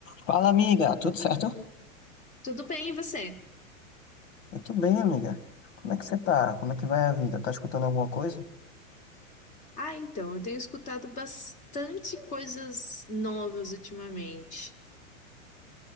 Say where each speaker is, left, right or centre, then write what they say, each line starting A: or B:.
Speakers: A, on the left; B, on the left.
A: Fala, amiga, tudo certo?
B: Tudo bem, e você?
A: Eu tô bem, amiga. Como é que você tá? Como é que vai a vida? Tá escutando alguma coisa?
B: Ah, então, eu tenho escutado bastante coisas novas ultimamente.